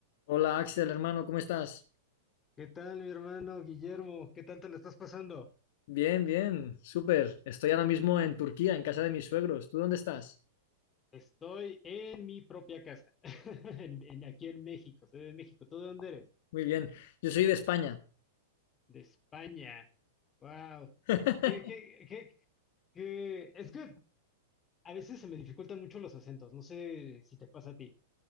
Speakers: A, on the left; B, on the left.
A: Hola Axel, hermano, ¿cómo estás?
B: ¿Qué tal, mi hermano Guillermo? ¿Qué tal te la estás pasando?
A: Bien, bien, súper. Estoy ahora mismo en Turquía, en casa de mis suegros. ¿Tú dónde estás?
B: Estoy en mi propia casa, <laughs> en, en- aquí en México, soy de México. ¿Tú de dónde eres?
A: Muy bien. Yo soy de España.
B: De España. Wow.
A: <laughs>
B: ¿Qué, qué, qué, qué? Es que a veces se me dificultan mucho los acentos. No sé si te pasa a ti.